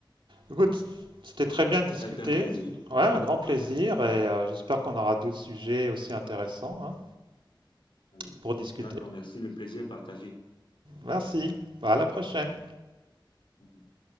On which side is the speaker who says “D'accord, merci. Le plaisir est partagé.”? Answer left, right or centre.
Left